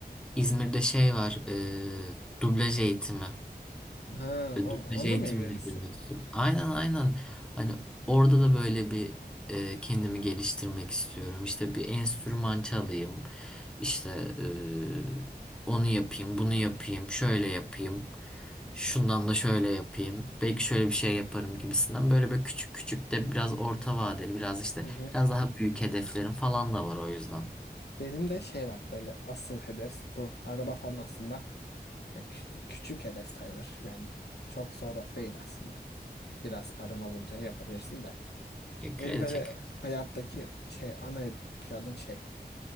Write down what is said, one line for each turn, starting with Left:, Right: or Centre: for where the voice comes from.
Centre: İzmir'de şey var, e, dublaj eğitimi.
Left: Ha,
Centre: E,
Left: on,
Centre: Dublaj
Left: onunla
Centre: eğitimine
Left: mı ilgilenirsin?
Centre: girmek istiyorum. Aynen aynen. Hani orada da böyle bir e, kendimi geliştirmek istiyorum. İşte bir enstrüman çalayım. İşte e, onu yapayım, bunu yapayım, şöyle yapayım. Şundan da şöyle yapayım. Belki şöyle bir şey yaparım gibisinden. Böyle böyle küçük küçük de biraz orta vadeli, biraz işte
Left: Hı hı.
Centre: biraz daha büyük hedeflerim falan da var o yüzden.
Left: Benim de şey var böyle asıl hedef bu. Araba falan aslında yani küç- küçük hedef sayılır yani. Çok zor değil aslında. Biraz paran olunca yapabilirsin de.
Centre: Ya, kredi
Left: Benim böyle
Centre: çekeriz.
Left: hayattaki şey ana planım şey.